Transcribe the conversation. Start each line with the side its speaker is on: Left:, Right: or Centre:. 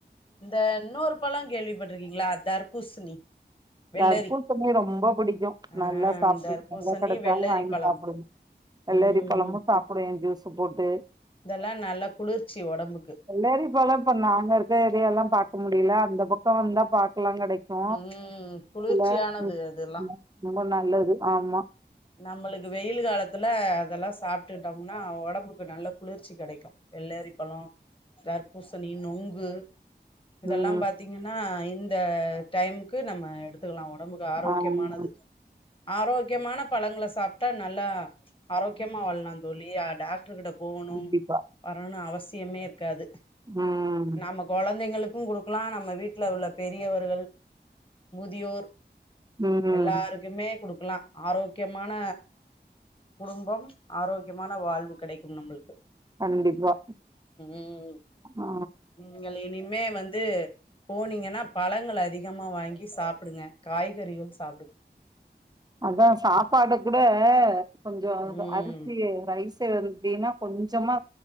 Left: இந்த இன்னொரு பழம் கேள்விப்பட்டுருக்கீங்களா தர்பூசணி வெள்ளரி
Right: தர்பூசணி ரொம்ப பிடிக்கு
Left: ஆ
Right: நல்லா சாப்பிடும்
Left: தர்பூசணி
Right: எங்க கிடைச்சாலு
Left: வெள்ளரி
Right: வாங்கி
Left: பழம்
Right: சாப்பிடுவ வெள்ளரி
Left: ம்
Right: பழமும் சாப்பிடுவே ஜூஸ் போட்டு
Left: இதெல்லா நல்லா குளிர்ச்சி ஒடம்புக்கு
Right: வெள்ளரிபழம் இப்ப நாங்க இருக்க ஏரியால பாக் க முடியல அந்த பக்கம் வந்தா பாக் கலா கிடைக்கு
Left: ம் குளிர்ச்சியானது
Right: இல்ல உம்
Left: அதெல்லா
Right: உம் ரொம்ப நல்லது ஆமா
Left: நம்மளுக்கு வெயில் காலத்துல அதெல்லா சாப் ட்டுட்டோம்னா உடம்புக்கு நல்ல குளிர்ச்சி கிடைக்கு வெள்ளரி பழம் தர்பூசணி நுங்கு இதெல்லா
Right: ம்
Left: பாத்தீங்கன்னா இந்த டைமுக்கு நம்ம எடுத்துக்கலா உம்புக்கு ஆரோக்கியமானது
Right: ஆமா
Left: ஆரோக்கியமான பழங்கள சாப் டா நல்லா ஆரோக்கியமா வாழலா தோழி டாக்டர் கிட்ட போகணு
Right: கண்டிப்பா
Left: வரணும் அவசிய வைத்தியமே இருக்காது
Right: ம்
Left: நம்ம குழந்தைங்களுக் கொடுக்கலா நம்ம வீட்டல உள்ள பெரியவர்கள் முதியோர்
Right: ம்
Left: எல்லாருக்குமே குடுக்கலா ஆரோக்கியமான குடும்பம் ஆரோக்கியமான வாழ்வு கிடைக்கு நம்மளுக்கு
Right: கண்டிப்பா
Left: உம்
Right: ஆ
Left: நீங்கள இனிமே வந்து போனீங்கன்னா பழங்கள் அதிகமா வாங்கி சாப்பிடுங்க காய்கறிகள் சாப்பிடு
Right: அதா சாப்பாடு கூட கொஞ்ச
Left: ம்.
Right: அரிசி ரைஸ்ச எடுத்தீனா கொஞ்சமா